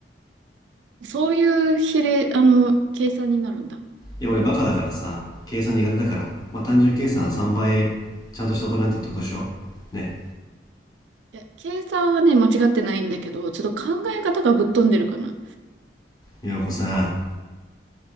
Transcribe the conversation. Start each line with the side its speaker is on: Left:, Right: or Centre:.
Right: そういう比例、あの、計算になるんだ。
Left: いや俺バカだからさ計算苦手だからまあ単純計算3倍ちゃんとした大人になってってことでしょね
Right: いや、計算はね、間違ってないんだけど、ちょっと考え方がぶっ飛んでるかな。
Left: え陽子さ